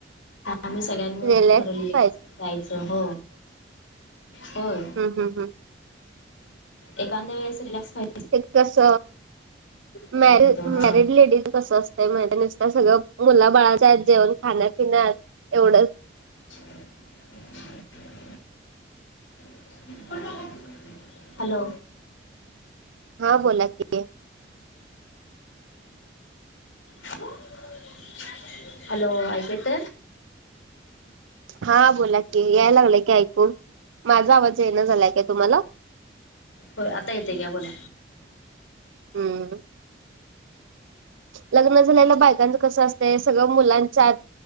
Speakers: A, on the left; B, on the right.
A: आम्ही सगळ्यांनी मिळून
B: रिलॅक्स
A: ठरवली क
B: पाहिजे
A: जायचं हो, होय
B: हम् हम् हम,
A: एखाद्याेळेस रिक्स व
B: एक कस,
A: होत
B: मॅर
A: हा
B: मॅरिड लेडीज कस असत ते म्हणिन नसत सगळं मुलं बाळाच्या आहेत जेवण खाण्यापिण्यात एवढंच
A: <unintelligible> <unintelligible> हॅलो,
B: हा बोला कि,
A: <unintelligible> हॅलो एकू येते?
B: हां. बोला की. याय लागलंय की ऐकू. माझा आवाज येईना झालाय काय तुम्हाला?
A: होय. आता येतय घ्या बोला.
B: हूं. लग्न झाल्याला बायकांचं कसं असतंय सगळं मुलांच्यात-